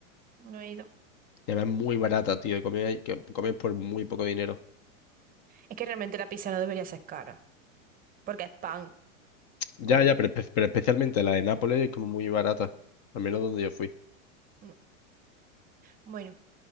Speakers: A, on the right; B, on the left.
A: no he ido.
B: Y además es muy barata, tío. y Comí, ahí- que comí por muy poco dinero.
A: Es que realmente la pizza no debería ser cara, porque es pan
B: Ya,
A: con...
B: ya, pero, espe- pero especialmente la de Nápoles es como muy barata. Al menos donde yo fui.
A: Mm. Bueno,